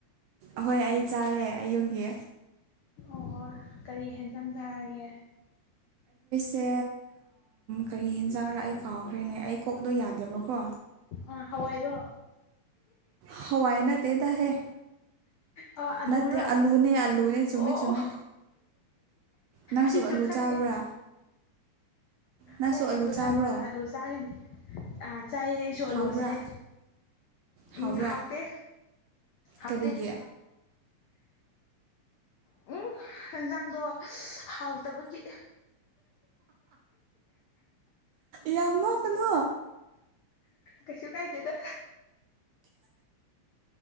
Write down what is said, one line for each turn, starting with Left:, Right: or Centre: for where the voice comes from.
Right: ꯑꯍꯣꯏ ꯑꯩ ꯆꯥꯔꯦ ꯑꯩꯌꯨꯒꯤ
Left: ꯑꯣ ꯀꯔꯤ ꯌꯦꯦꯟꯖꯥꯡ ꯆꯥꯑꯒꯦ
Right: ꯁꯦ ꯀꯔꯤ ꯍꯦꯟꯖꯥꯡꯔꯥ ꯑꯩ ꯀꯥꯎꯈ꯭ꯔꯦꯅꯦ ꯑꯩ ꯀꯣꯛꯗꯣ ꯌꯥꯗꯦꯕꯀꯣ
Left: ꯑ ꯍꯋꯥꯏꯔꯣ
Right: ꯍꯋꯥꯏ ꯅꯠꯇꯦ ꯇꯍꯦ
Left: ꯑꯣ ꯑꯂꯨꯔꯣ
Right: ꯅꯠꯇꯦ ꯑꯂꯨꯅꯦ ꯑꯂꯨꯅꯦ
Left: ꯑꯣ
Right: ꯆꯨꯝꯃꯦ
Left: ꯑꯣ
Right: ꯆꯨꯝꯃꯦ ꯅꯪꯁꯨ
Left: ꯑꯩꯁꯨ
Right: ꯑꯂꯨ
Left: ꯈꯪꯉꯦ
Right: ꯆꯥꯕ꯭ꯔꯥ ꯅꯪꯁꯨ
Left: ꯍꯣꯏ ꯑꯩꯁꯨ ꯑꯂꯨ
Right: ꯆꯥꯕ꯭ꯔꯣ
Left: ꯈꯟꯕ ꯑꯥꯂꯨ ꯆꯥꯒꯅꯤ ꯆꯥꯏꯑ ꯑꯩꯁꯨ ꯑꯥꯂꯨ
Right: ꯍꯥꯎꯕ꯭ꯔꯥ
Left: ꯆꯥꯏ
Right: ꯍꯥꯎꯕ꯭ꯔꯥ
Left: ꯎꯝ ꯍꯥꯎꯇꯦ ꯍꯥꯎꯗ
Right: ꯀꯔꯤꯒꯤ
Left: ꯎꯝ ꯏꯟꯖꯥꯡꯗꯣ ꯍꯥꯎꯇꯕꯒꯤ
Right: ꯌꯥꯝ ꯅꯣꯛ ꯀꯅꯨ
Left: ꯀꯩꯁꯨ ꯀꯥꯏꯗꯦꯗ